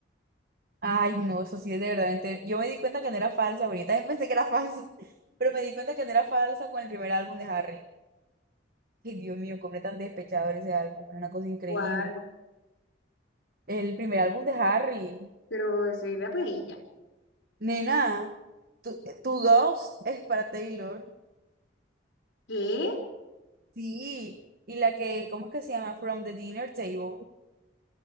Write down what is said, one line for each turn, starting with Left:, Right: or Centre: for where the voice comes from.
Right: Ay, no, eso sí es de verdad. enter- Yo me di cuenta que no era falsa, ahorita también pensé que era falsa, <laughs> pero me di cuenta que no era falsa con el primer álbum de Harry. Ay, Dios mío, completamente despechador ese álbum, era una cosa increíble.
Left: Igual,
Right: El primer álbum de Harry.
Left: pero eso era para ella.
Right: Nena, tu, tu Ghost es para Taylor.
Left: ¿Qué?
Right: Sí, y la que, ¿cómo es que se llama? From the Dinner Table.